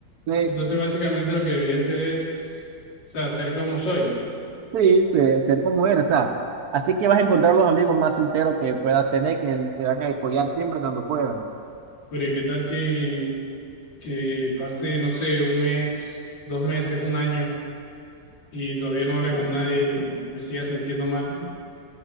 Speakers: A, on the right; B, on the left.
A: sé,
B: Entonces, básicamente lo que debería hacer es, o sea, ser como soy.
A: sí, sé- ser como eres, o sea, así que vas a encontrar los amigos más sinceros que puedas tener, que te van a apoyar siempre cuando puedan.
B: Pero ¿y qué tal que, que pase, no sé, un mes, dos meses, un año y todavía no hable con nadie y me siga sintiendo mal?